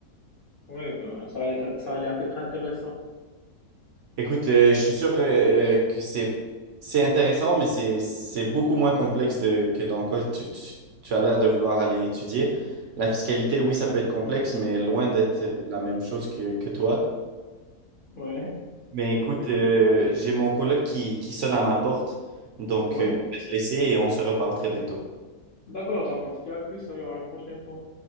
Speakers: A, on the left (about 45°); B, on the right (about 65°).
A: ouais, ben, ça a l'air, ça a l'air d'être intéressant.
B: Écoute, euh, je suis sûr euh, euh, que c'est c'est intéressant, mais c'est c'est beaucoup moins complexe de, que dans quoi tu, tu, tu as l'air de vouloir aller étudier. La fiscalité, oui, ça peut être complexe, mais loin d'être
A: Ouais,
B: euh, la même chose que, que toi.
A: ouais,
B: Mais écoute, euh, j'ai mon coloc qui, qui sonne à ma porte, donc
A: oui.
B: euh, je vais te laisser et on se reparle très bientôt.
A: D'accord, donc on se dit à plus alors à la prochaine fois.